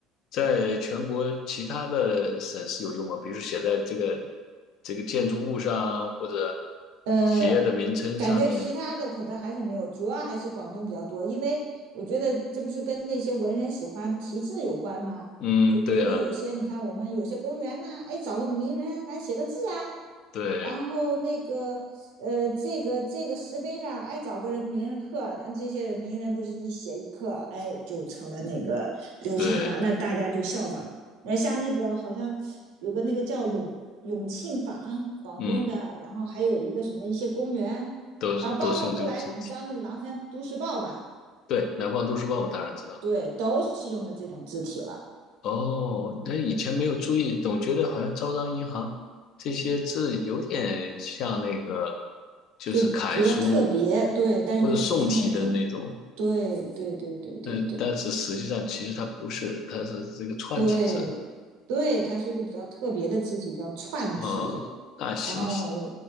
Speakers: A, on the left (about 65°); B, on the right (about 85°).
A: 在全国其他的省市有用吗？比如说写在这个这个建筑物上，或者
B: 嗯，
A: 企业的名称上面。
B: 感觉其他的可能还是没有，主要还是广东比较多，因为我觉得这不是跟那些文人喜欢题字有关吗？
A: 嗯，
B: 就比如有些你看我们有些公园呐、
A: 对啊，
B: 哎，找个名人来写个字啊，
A: 对
B: 然后那个，呃，这个这个石碑上，哎，找个人名人刻，咱这些人名人不是一写一刻，哎，就成了那个流传了，
A: 对，
B: 那大家就效仿。那像那个好像有个那个叫永永庆坊，广东的，
A: 嗯，
B: 然后还有一个什么一些公园，
A: 都是都是用这个字体。
B: 然后包括后来你知道那个《廊山都市报》吧，
A: 对，南方都市报我当然知道。
B: 对，都是用的这种字体了，
A: 哦，那以前没有注意，总觉得好像招商银行这些字有点像那个，就是楷书
B: 就比较特别，对，但是又不是那种，
A: 或者宋体的那种，
B: 对对对对对对。
A: 嗯，但是实际上其实它不是，它是这个串体字。
B: 对，对，它是一个比较特别的字体，叫串体。
A: 哦，那行，
B: 然后，